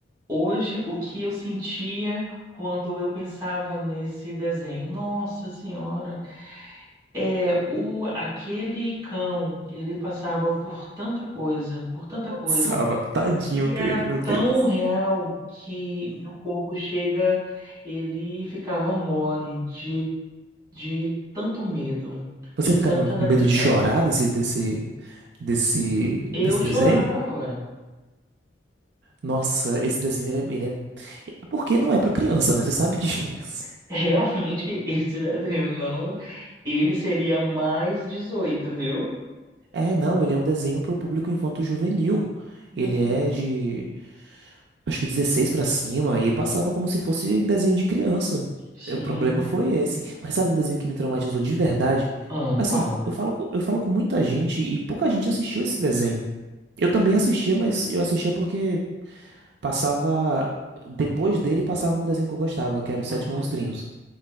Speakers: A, on the right; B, on the right.
A: hoje o que eu sentia quando eu pensava nesse desenho. Nossa Senhora, é o aquele cão, ele passava por tanta coisa, por tanta
B: Passava,
A: coisa,
B: tadinho
A: e
B: dele,
A: era
B: meu Deus.
A: tão real que meu corpo chega, ele ficava mole de, de tanto medo,
B: Você
A: de tanta
B: ficava com
A: depressão.
B: medo de chorar desse, desse, desse,
A: Eu
B: desse
A: chorava.
B: desenho? Nossa, esse desenho ele é, ele é- porque não é pra criança, né? Você sabe <laughs> disso.
A: <laughs> Realmente, esse desenho não, ele seria mais 18, viu?
B: É, não, ele é um desenho para o público infanto-juvenil.
A: Não.
B: Ele é de, acho que 16 para cima, e aí passava como se fosse desenho de criança.
A: Sim.
B: O problema foi esse. Hum. Mas sabe um desenho que me traumatizou de verdade?
A: Ah,
B: Assim,
A: qual?
B: eu falo, com- eu falo com muita gente e pouca gente assistiu esse desenho. Eu também assistia, mas eu assistia porque passava, depois dele passava um desenho que eu gostava, que era o Sete
A: Aham.
B: Monstrinhos.